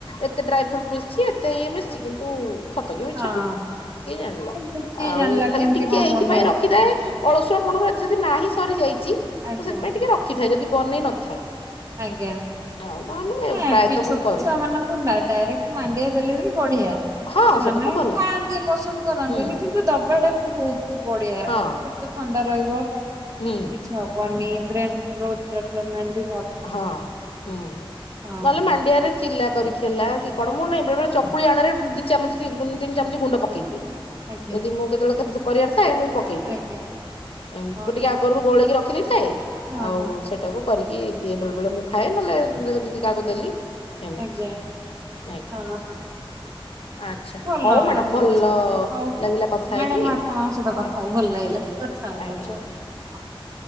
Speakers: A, on the left (about 75°); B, on the right (about 35°).
A: ଏତେ ଡ୍ରାଇ ଫ୍ରୁଟ ବି ସିଏ ଏତେ ଇଏ ମିଶ୍ ଚି କିନ୍ତୁ ସତ କି ମିଛ
B: ହଁ।
A: ତ କିଏ ଜାଣିଲା
B: କିନ୍ତୁ କିଏ
A: ଆଉ
B: ଜାଣିଲା
A: ଖାଲି
B: କେମିତି
A: ଟିକେ
B: କଣ
A: ଏଇଥିପାଇଁ
B: ବନଉଛନ୍ତି
A: ରଖିଥାଏ ଅଳସୁଆ ପଣରୁ ଆଜି ଯଦି ନାହିଁ ସରିଯାଇଛି
B: ଆଜ୍ଞା
A: ମୁଁ ସେଥିାଇଁ ଟିକେ ରଖିଥାଏ ଯଦି ବନେଇ ନଥାଏ।
B: ଆଜ୍ଞା ନା
A: ଆଉ ନହେଲେ ପ୍ରାୟତଃ
B: କି ଛୋଟ
A: ମୁଁ କରେ
B: ଛୁଆ ମାନଙ୍କୁ ନ ଡାଇରେକ୍ଟ ମାଣ୍ଡିଆ ଦେଲେ ବି ବଢିଆ
A: ହଁ
B: ସେମାନେ
A: ସେଟା ତ ଭଲ
B: ଖାଆନ୍ତି। ପସନ୍ଦ କରନ୍ତିନି।
A: ହୁଁ
B: କିନ୍ତୁ ଦବା ଟା ବି ବହୁତ୍ ବଡିଆ
A: ହଁ।
B: କି ପେଟ ଥଣ୍ଡା ରହିବ ସେମିତି
A: ହୁଁ
B: କିଛି ହବନି। ଗ୍ରେନ୍ କ୍ରୋଥ ଡଭେଲପମେନ୍ଦି।
A: ହଁ <inaudible> ହୁଁ-
B: ହଁ
A: ନଲେ ମାଣ୍ଡିଆରେ ଚିଲା କରିକି ହେଲା କି କଣ ମୁଁ ନାଁ ବେଳେ ବଳେ ଚକୁଳି ଆଣରେ, ଦି ଚାମଚି ତିମ ତିନି ଚାମଚି ଗୁଣ୍ଡ ପକେଇ ଦିଏ।
B: ଆଜ୍ଞା।
A: ଯଦି ମୁଁ କେତେବେଳେ <unintelligible> କରିଆରଶ୍। ଥାଏ ମୁଁ ପକେଇ ଦିଏ
B: ଆଜ୍ଞା
A: <inaudible> ଏମ୍
B: ଓହୋ
A: ଟିକେ ଆଗରୁ ଗୋଳେଇକି ରଖିଦେଇଥାଏ
B: ହଁ
A: ଆଉ
B: ହଁ
A: ସେଟାକୁ କରିକି କିବ୍। ଦିଏ ବେଳେ ବେଳେ ମୁଁ ଖାଏ ନହେଲେ ଦେଖେ ତିକେ କାହାକୁ ଦେଲି। ଏମିତି
B: ଆଜ୍ଞା
A: ଆଜ୍ଞା
B: ହଁ ହଁ
A: ଆଚ୍ଛା
B: ଭଲଅ
A: ହଉ ମ୍ୟାଡାମ
B: ଜିନିଷ
A: ଭଲ
B: ବି ହଉ ମ୍ୟାଡାମ
A: ଲାଗିଲା କଥା ହେଇକି।
B: ଆପଣଙ୍କ ସହିତ କଥା
A: ଆଜ୍ଞା
B: ହେଇ ଭଲ ଲାଗିଲା କଥା ହଉଚୁ
A: ଆଜ୍ଞା ଆଜ୍ଞା।
B: ଆଉ ହଁ।